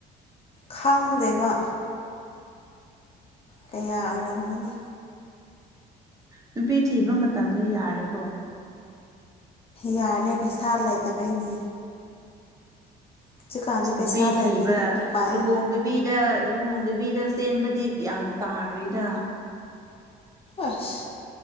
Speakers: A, on the left; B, on the right.
A: ꯈꯪꯗꯦꯕ ꯀꯌꯥ ꯑꯣꯏꯔꯝꯒꯅꯤ
B: ꯅꯨꯄꯤ ꯊꯤꯕ ꯃꯇꯝꯅꯤ ꯌꯥꯔꯦꯀꯣ
A: ꯌꯥꯔꯦ ꯄꯩꯁꯥ ꯂꯩꯇꯕꯩꯅꯦ ꯍꯧꯖꯤꯛꯀꯥꯟꯗꯤ
B: ꯅꯨꯄꯤ
A: ꯄꯩꯁꯥ ꯂꯩꯇ꯭ꯔꯗꯤ
B: ꯊꯤꯕ
A: ꯎꯄꯥꯏ
B: ꯂꯨꯍꯣꯡꯗꯕꯤꯗ ꯂꯨꯍꯣꯡꯗꯕꯤꯗ ꯆꯦꯟꯕꯗꯤ ꯌꯥꯝ ꯇꯥꯔꯤꯗ
A: ꯑꯁ